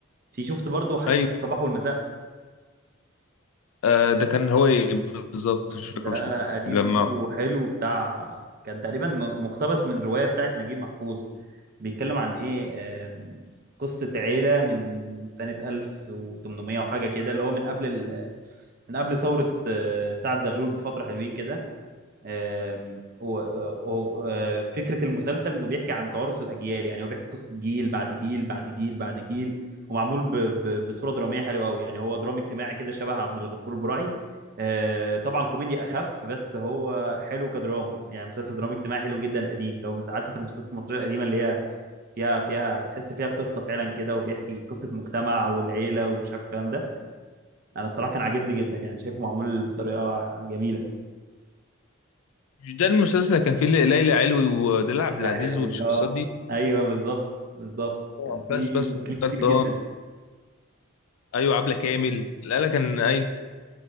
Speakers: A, on the right; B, on the left.
A: في شفت برضو حديث
B: ايوه
A: الصباح والمساء
B: آه، ده كان هو ايه بالظبط مش فاكر
A: ده
B: مش
A: قديم
B: مجمعه
A: برضو حلو بتاع كان تقريبا م- مقتبس من رواية بتاعت نجيب محفوظ بيتكلم عن ايه آم، قصة عيلة من سنة 1800 وحاجة كده اللي هو من قبل ال... من قبل ثورة آه، سعد زغلول بفترة حلوين كده آم، و- و- آه، فكرة المسلسل انه بيحكي عن توارث الاجيال يعني هو بيحكي قصة جيل بعد جيل بعد جيل بعد جيل ومعمول ب- ب- بصورة درامية حلوة قوي يعني هو درامي اجتماعي كده شبه عبد الغفور البرعي آه، طبعا كوميديا اخف بس هو حلو كدراما يعني مسلسل درامي اجتماعي حلو جدا قديم لو مش عارف انت المسلسلات المصرية القديمة اللي هي فيها فيها تحس فيها قصة فعلا كده وبيحكي قصة مجتمع والعيلة ومش عارف الكلام ده انا الصراحة كان عاجبني جدا يعني شايفه معمول بطريقة جميلة
B: مش ده المسلسل اللي كان فيه ليلى علوي ودلال
A: ليلى
B: عبد العزيز
A: علوي
B: والشخصيات
A: اه
B: دي
A: ايوه بالظبط بالظبط
B: آه،
A: كان في
B: بس بس
A: ممثلين
B: افتكرت
A: كتير جدا
B: اه ايوه عبله كامل لا لا كان ايوه